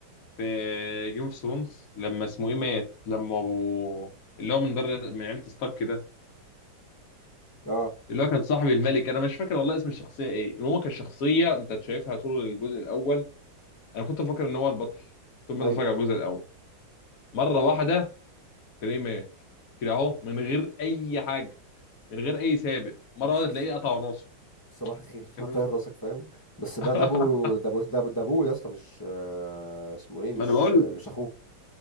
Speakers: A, on the left; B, on the left.
A: في جيم اوف ثرونز لما اسمه ايه مات لما ابو اللي هو من دار من عيله ستارك ده
B: اه
A: اللي هو كان صاحب الملك انا مش فاكر والله اسم الشخصيه ايه المهم كان شخصيه انت شايفها طول الجزء الاول انا كنت مفكر ان هو البطل ثم
B: ايوه
A: اتفرج على الجزء الاول مره واحده تلاقيه مات كده اهو من غير اي حاجه من غير اي سابق مره
B: الص-
A: واحده تلاقيه
B: الص-
A: قطع راسه
B: صباح الخير <laughs>
A: كان-
B: هطير راسك فاهم بس ده
A: <laughs>
B: ده ابو ده ابو ده ابو ده ابوه يا اسطى مش آه، اسمه ايه مش
A: ما انا بقول
B: آه، مش اخوه